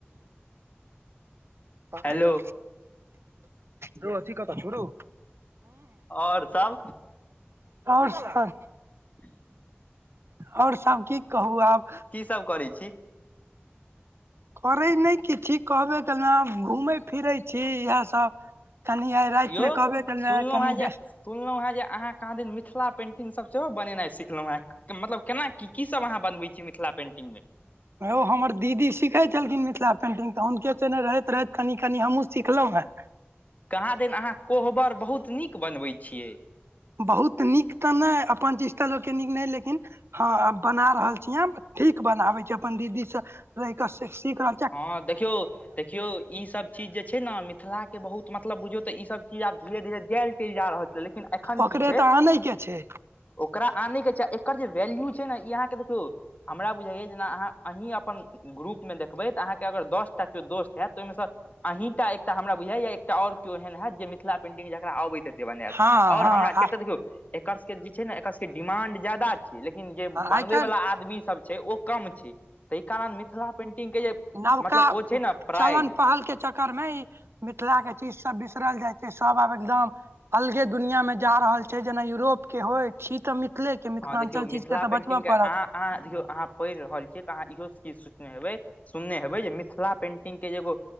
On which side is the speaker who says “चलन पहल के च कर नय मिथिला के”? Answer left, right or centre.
Right